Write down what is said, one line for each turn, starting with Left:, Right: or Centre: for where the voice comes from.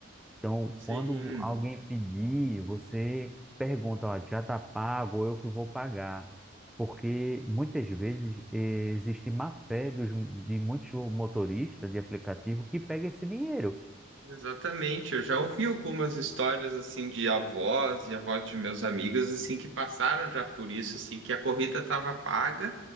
Centre: Então,
Right: sim.
Centre: quando alguém pedir, você pergunta, ó, já está pago, ou eu que vou pagar. Porque muitas vezes eh, existe má fé dos, de muitos motoristas de aplicativo que pega esse dinheiro.
Right: Exatamente, eu já ouvi algumas histórias assim de avós e avós de meus amigos assim que passaram já por isso assim que a corrida estava paga